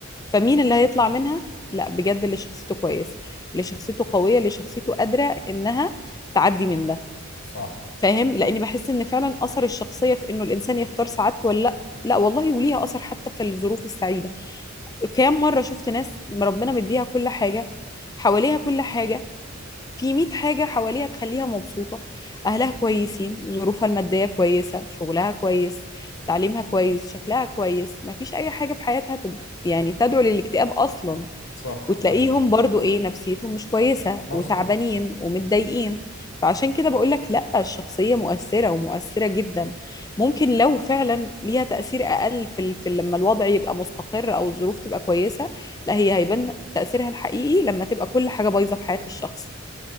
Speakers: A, on the left (about 20°); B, on the left (about 75°).
A: فمين اللي هيطلع منها لا بجد اللي شخصيته كويسة اللي شخصيته قوية اللي شخصيته قادرة انها تعدي من ده
B: صح
A: فاهم لاني بحس ان فعلا اثر الشخصية في انه الانسان يختار سعادته ولا لا لا والله وليها اثر حتى في الظروف السعيدة كام مرة شفت ناس ربنا مديها كل حاجة حواليها كل حاجة في 100 حاجة حواليها تخليها مبسوطة أهلها كويسين ظروفها المادية كويسة شغلها كويس تعليمها كويس شكلها كويس مفيش أي حاجة في حياتها تد... يعني تدعو للاكتئاب أصلا
B: صح
A: وتلاقيهم
B: فاهم
A: برضو إيه نفسيتهم مش كويسة
B: مظبوط
A: وتعبانين ومتضايقين فعشان كده بقولك لأ الشخصية مؤثرة ومؤثرة جدا ممكن لو فعلا ليها تأثير أقل في, ال... في لما الوضع يبقى مستقر أو الظروف تبقى كويسة لا هي هيبان تأثيرها الحقيقي لما تبقى كل حاجة بايظة في حياة الشخص